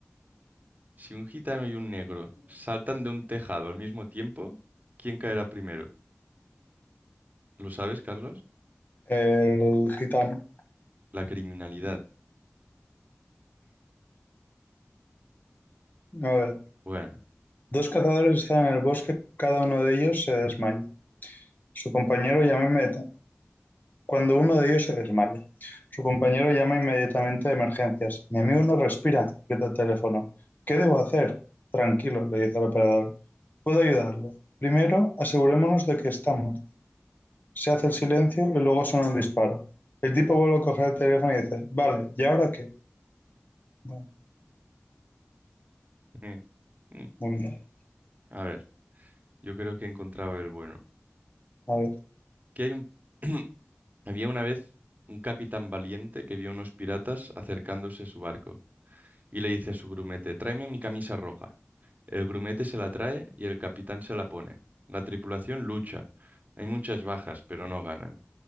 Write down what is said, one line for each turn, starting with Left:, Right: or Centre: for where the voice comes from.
Right: Si un gitano y un negro saltan de un tejado al mismo tiempo, ¿quién caerá primero? ¿Lo sabes, Carlos?
Left: El gitano.
Right: La criminalidad.
Left: A ver.
Right: Bueno,
Left: Dos cazadores están en el bosque, cada uno de ellos se desmaya. Su compañero llama inmediatamente. Cuando uno de ellos se desmaya, su compañero llama inmediatamente a emergencias. Mi amigo no respira, grita el teléfono. ¿Qué debo hacer? Tranquilo, le dice el operador. Puedo ayudarle. Primero, asegurémonos de que está muerto. Se hace el silencio y luego suena un disparo. El tipo vuelve a coger el teléfono y dice, vale, ¿y ahora qué? Bueno,
Right: mm, mm,
Left: muy mal.
Right: a ver, yo creo que he encontrado el bueno.
Left: A ver.
Right: Que hay un... <clears throat> Había una vez un capitán valiente que vio a unos piratas acercándose a su barco y le dice a su grumete, tráeme mi camisa roja. El grumete se la trae y el capitán se la pone. La tripulación lucha. Hay muchas bajas, pero no ganan.